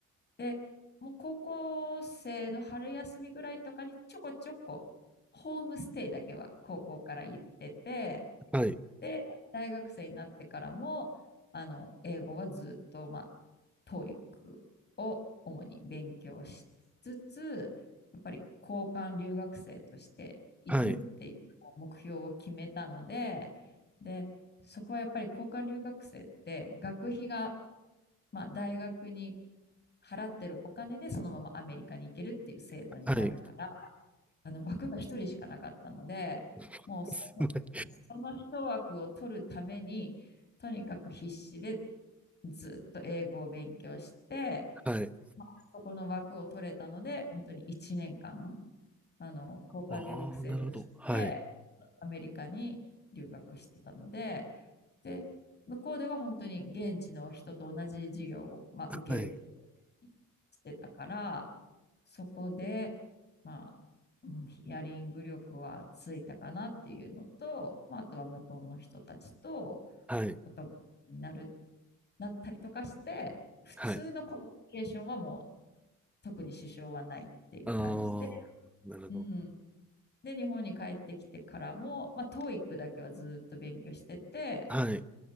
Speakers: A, on the left; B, in the centre.
A: でもう高校生の春休みぐらいとかにちょこちょこホームステイだけは高校から行ってて
B: はい、
A: で、大学生になってからも、あの、英語はずっと、まあ、TOEIC を主に勉強しつつ、やっぱり交換留学生として行くっていう目標を決めたので、
B: はい、
A: で、そこはやっぱり交換留学生って学費が、まあ、大学に払ってるお金でそのままアメリカに行けるっていう制度になるから、
B: はい、
A: あの枠が一人しかなかったので、
B: <laughs>
A: もうその、
B: すごい
A: その一枠を取るために、とにかく必死でずっと英語を勉強して、
B: はい、
A: そこの枠を取れたので、本当に1年間、あの、交換留学生として、
B: ああ、なるほど、はい、
A: アメリカに留学してたので、で、向こうでは本当に現地の人と同じ授業を、まあ、
B: はい、
A: 受けるってしてたから、そこで、まあ、うんヒアリング力はついたかなっていうのと、まあ、あとは向こうの人たちと
B: はい。
A: お友達になる、なったりとかして、普通のコミュニケーションはもう
B: はい。
A: 特に支障はないっていう感じで、
B: ああ、なるほど。
A: うん、で、日本に帰ってきてからも、まあ、TOEIC だけはずっと勉強してて、
B: はい。